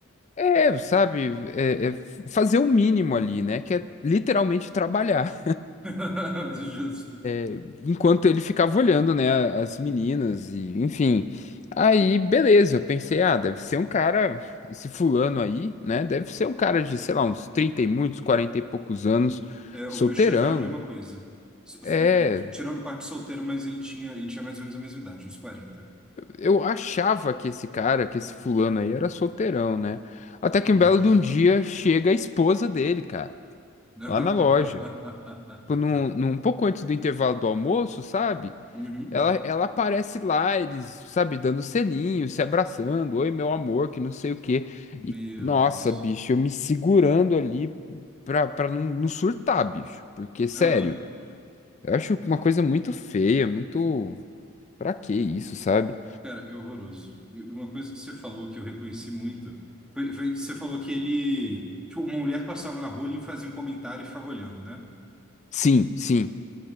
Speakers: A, on the left; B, in the centre.
A: É, sabe, é- é fazer o mínimo ali, né? Que é literalmente trabalhar.
B: <laughs> Justo.
A: <laughs> Enquanto ele ficava olhando, né, as meninas e, enfim. Aí, beleza, eu pensei, ah, deve ser um cara, esse fulano aí, né? Deve ser um cara de, sei lá, uns 30 e muitos, 40 e poucos anos,
B: É, o
A: solteirão.
B: meu chefe era a mesma coisa. S- s-
A: É,
B: Tirando parte de solteiro, mas ele tinha, ele tinha mais ou menos a mesma idade, uns quarenta
A: eu achava que esse cara, que esse fulano aí era solteirão, né? Até que
B: Uhum.
A: um belo de um dia chega a esposa dele, cara,
B: <laughs>
A: lá na loja. tipo, num, num um pouco antes do intervalo do almoço, sabe?
B: Uhum.
A: Ela, ela aparece lá, eles, sabe, dando selinho, se abraçando, oi, meu amor, que não sei o quê.
B: Meu
A: E, nossa,
B: Deus.
A: bicho, eu me segurando ali pra, pra não, não surtar, bicho. Porque, sério,
B: Aham.
A: eu acho uma coisa muito feia, muito. Pra que isso, sabe?
B: Cara, é horroroso. E uma coisa que você falou que eu reconheci muito foi, foi que você falou que ele. Tipo, uma mulher passava na rua, ele fazia um comentário e ficava olhando, né?
A: Sim, sim.